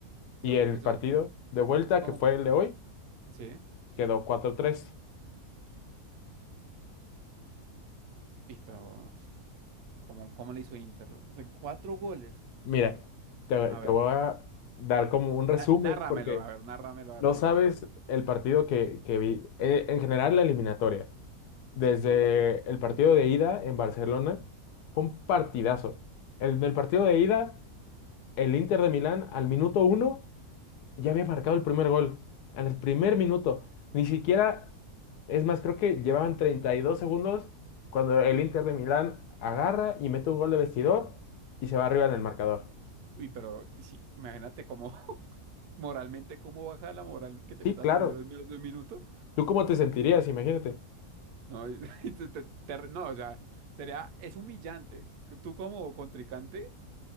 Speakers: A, on the right; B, on the left.
A: Eso,
B: Y el
A: eso,
B: partido de vuelta,
A: eso como.
B: que fue el de hoy,
A: Sí.
B: quedó cuatro tres
A: Y, pero, ¿cómo, cómo le hizo Inter? O sea, cuatro goles.
B: Mira, te,
A: A
B: te
A: ver,
B: voy a dar como un resumen,
A: na- nárramelo,
B: porque
A: a ver, nárramelo, a
B: no
A: ver cómo
B: sabes
A: puedes.
B: el partido que, que vi. Eh, En general, la eliminatoria. Desde
A: Sí.
B: el partido de ida en Barcelona, fue un partidazo. En el partido de ida, el Inter de Milán al minuto uno ya había marcado el primer gol en el primer minuto. Ni siquiera, es más, creo que llevaban 32 segundos cuando el Inter de Milán agarra y mete un gol de vestidor y se va arriba en el marcador.
A: Uy, pero sí, imagínate cómo, <laughs> moralmente, cómo baja la moral que te
B: Sí,
A: metan
B: claro.
A: un gol al menos de un minuto.
B: ¿Tú cómo te sentirías? Imagínate.
A: No, <laughs> y te- te- te- no, o sea, sería, es humillante. Que Tú como contrincante,